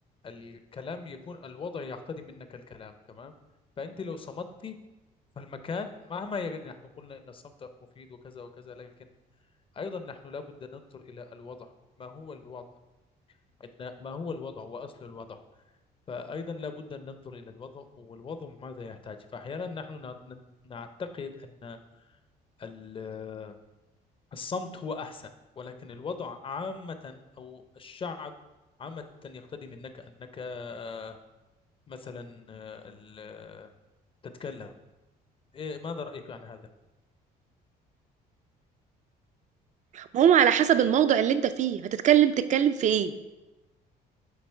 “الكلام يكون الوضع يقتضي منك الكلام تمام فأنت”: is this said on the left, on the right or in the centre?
Left